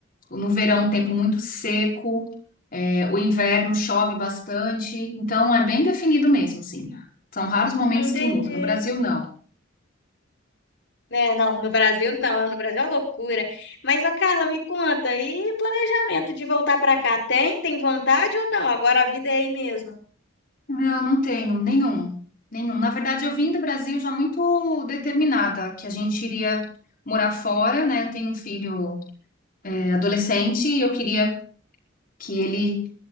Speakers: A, on the left; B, on the left.
A: No verão, um tempo muito seco, é, o inverno chove bastante, então é bem definido mesmo, assim. São raros momentos
B: <laughs> Entendi.
A: que mudam. No Brasil, não.
B: Né, não, no Brasil não, no Brasil é uma loucura. Mas a Carla me conta, e planejamento de voltar para cá tem? Tem vontade ou não? Agora a vida é aí mesmo.
A: Não, não tenho nenhum, nenhum. Na verdade, eu vim do Brasil já muito determinada que a gente iria morar fora, né? Eu tenho um filho, é, adolescente e eu queria que ele